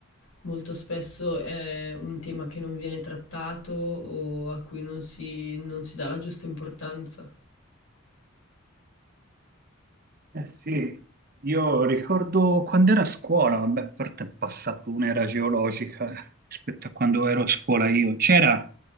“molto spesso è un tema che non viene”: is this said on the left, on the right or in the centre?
Left